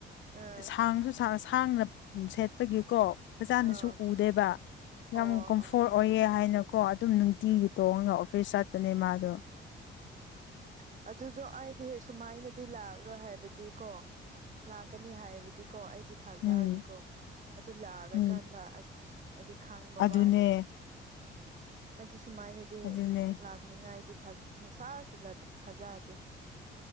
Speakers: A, on the right (about 40°); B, on the left (about 70°).
A: ꯑꯥ
B: ꯁꯥꯡꯁꯨ ꯁꯥꯡ ꯁꯥꯡꯅ ꯗꯨꯝ ꯁꯦꯠꯄꯒꯤꯀꯣ ꯐꯖꯥꯅꯁꯨ
A: ꯑꯣ
B: ꯎꯗꯦꯕ ꯌꯥꯝ
A: ꯑꯣ
B: ꯀꯝꯐꯣꯔ
A: ꯑꯗꯨ
B: ꯑꯣꯏꯌꯦ
A: ꯑꯣꯏꯔꯝꯅꯤ
B: ꯍꯥꯏꯅꯀꯣ ꯑꯗꯨꯝ ꯅꯨꯡꯇꯤꯒꯤ
A: ꯎꯝ
B: ꯇꯣꯡꯉꯒ ꯑꯣꯐꯤꯁ ꯆꯠꯄꯅꯦ ꯃꯥꯗꯣ
A: ꯎꯝ ꯑꯗꯨꯗꯣ ꯑꯩꯗꯤ ꯁꯨꯃꯥꯏꯅꯗꯤ ꯂꯥꯛꯑꯔꯣꯏ ꯍꯥꯏꯕꯗꯤ ꯀꯣ ꯂꯥꯛꯀꯅꯤ ꯍꯥꯏꯕꯗꯤꯀꯣ ꯑꯩꯗꯤ ꯊꯥꯖꯗꯦꯀꯣ
B: ꯎꯝ
A: ꯑꯗꯨ ꯂꯥꯛꯔꯀꯥꯟꯗ
B: ꯎꯝ
A: ꯑꯁ ꯑꯩꯗꯤ ꯈꯪꯕ
B: ꯑꯗꯨꯅꯦ
A: ꯋꯥꯅꯦ ꯑꯩꯗꯤ ꯁꯨꯃꯥꯏꯅꯗꯤ
B: ꯑꯗꯨꯅꯦ
A: ꯂꯥꯛꯅꯤꯉꯥꯏꯗꯤ ꯊꯥꯖꯩ ꯁꯨꯨꯡꯁꯥꯁꯨꯖꯦ ꯊꯥꯖꯗꯦ